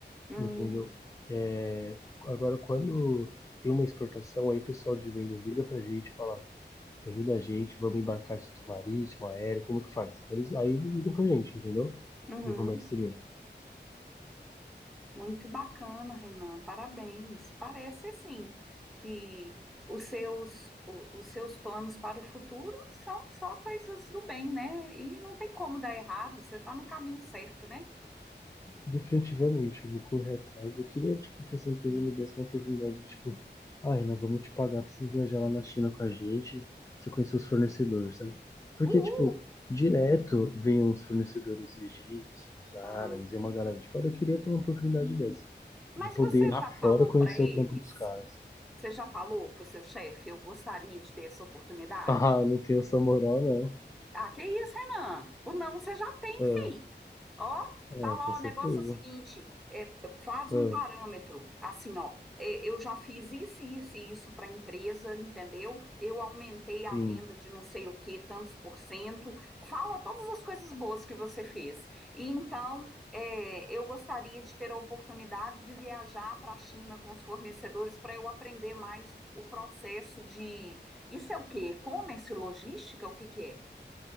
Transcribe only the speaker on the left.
entendeu? É... Agora, quando tem uma exportação, aí o pessoal de vendas liga pra gente e fala, ajuda a gente, vamos embarcar isso aqui marítimo, aéreo, como que faz? Eles, aí eles ligam pra gente, entendeu?
Do comércio exterior.
Definitivamente, eu vou correr atrás. Eu queria, tipo, que essa empresa me desse uma oportunidade de, tipo, ah nós vamos te pagar pra você viajar lá na China com a gente, pra você conhecer os fornecedores, sabe? Porque,
tipo, direto vem uns fornecedores egípcios, árabes
e uma galera de fora. Eu queria ter uma oportunidade dessa,
de poder
ir lá
fora conhecer
o trampo dos caras. <laughs>
Ah, não tenho essa moral, não.
Ah,
é,
com certeza.
Ah,
sim.